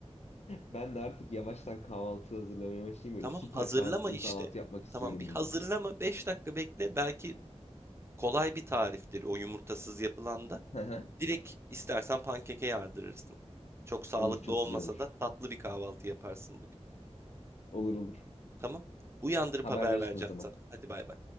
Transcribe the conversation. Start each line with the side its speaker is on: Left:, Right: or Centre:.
Left: ben de artık yavaştan kahvaltı hazırlamaya başlayayım. Böyle
Right: Tamam
Left: süper
Right: hazırlama
Left: sağlıklı
Right: işte.
Left: bir kahvaltı yapmak istiyorum
Right: Tamam bir hazırlama.
Left: bugün.
Right: beş dakika bekle. Belki Kolay bir tariftir o yumurtasız yapılan da.
Left: <laughs> Hı hı.
Right: Direkt istersen pankeke yardırırsın. Çok sağlıklı
Left: Olur çok
Right: olmasa
Left: güzel olur.
Right: da tatlı bir kahvaltı yaparsın bugün.
Left: Olur olur.
Right: Tamam. Uyandırıp
Left: Haber
Right: haber
Left: verirsin
Right: vereceğim
Left: o zaman.
Right: sana. Hadi bay bay.